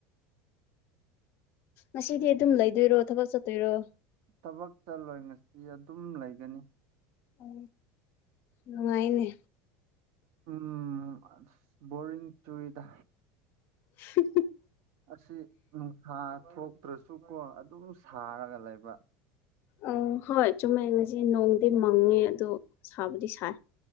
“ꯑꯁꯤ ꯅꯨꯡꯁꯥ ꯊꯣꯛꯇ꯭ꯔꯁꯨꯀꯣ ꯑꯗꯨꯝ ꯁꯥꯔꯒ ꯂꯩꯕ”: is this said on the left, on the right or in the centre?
Right